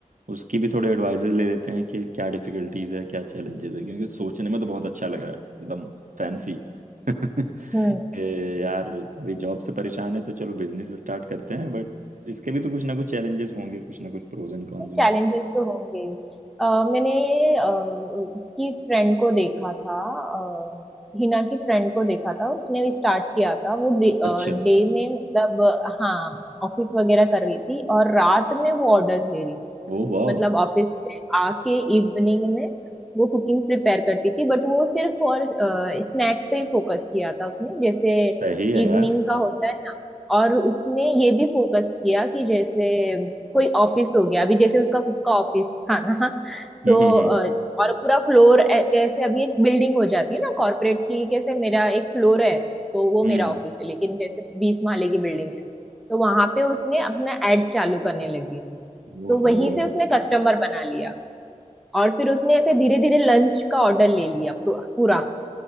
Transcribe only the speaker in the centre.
हम्म
चैलेंजेस तो होंगे अ, मैंने अ, इसकी फ्रेंड को देखा था अ, हिना की फ्रेंड को देखा था उसने भी स्टार्ट किया था वो डे
में मतलब हाँ ऑफिस वगैरह कर रही थी और रात में वो ऑर्डर्स ले रही
मतलब ऑफिस से आके इवनिंग में वो कुकिंग प्रिपेयर करती थी बट वो सिर्फ और स्नैक्स पे ही फोकस किया था उसने जैसे
इवनिंग
का होता है ना और उसने ये भी फोकस किया कि जैसे कोई ऑफिस हो गया अभी जैसे उसका खुद का ऑफिस था ना
तो
अ, और पूरा फ्लोर ऐसे अभी एक बिल्डिंग हो जाती है ना कॉर्पोरेट की कैसे मेरा एक फ्लोर है तो वो
मेरा ऑफिस है लेकिन जैसे बीस माले की बिल्डिंग है तो वहां पे उसने अपना एड चालू करने लगी
तो वहीं से उसने कस्टमर बना लिया और फिर उसने ऐसे धीरे धीरे लंच का ऑर्डर ले लिया पूरा पूरा